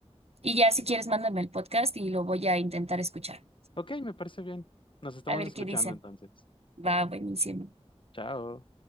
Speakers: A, on the right; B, on the left.
A: y ya si quieres, mándame el podcast y lo voy a intentar escuchar.
B: Ok, me parece bien. Nos estamos
A: A ver
B: escuchando
A: qué dicen.
B: entonces.
A: Va, buenísimo.
B: Chao.